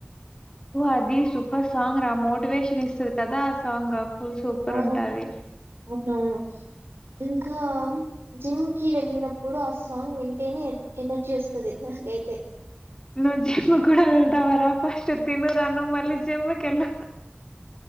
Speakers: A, on the left (about 20°); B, on the right (about 75°).
A: ఓ అది సూపర్ సాంగ్ రా మోటివేషన్ ఇస్తుది కదా ఆ సాంగ్ ఫుల్ సూపర్
B: ఆ
A: ఉంటది
B: అవునవును ఉమ్ ఇంకా జిమ్ కి వెళ్ళినప్పుడు ఆ సాంగ్ వింటేనే ఎనర్జీ వస్తుంది నాకైతే
A: నువ్వు జిమ్ కూడా వెళ్తావా రా ఫస్ట్ తిను రా నువ్వు మళ్లీ జిమ్కి వెళ్ళు